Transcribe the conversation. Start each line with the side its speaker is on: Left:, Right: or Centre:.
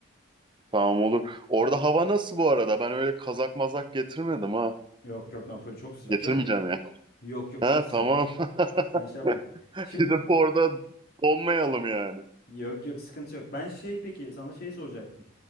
Right: Tamam olur. Orada hava nasıl bu arada? Ben öyle kazak mazak getirmedim ha.
Left: Yok yok Napoli çok sıcak
Right: Getirmeyeceğim
Left: canım.
Right: ya.
Left: Yok yok
Right: Ha
Left: çok sıcak.
Right: tamam.
Left: Ben şey
Right: <laughs>
Left: yapma. Şimdi
Right: Gidip orada donmayalım yani.
Left: Yok yok sıkıntı yok. Ben şey peki sana şey soracaktım.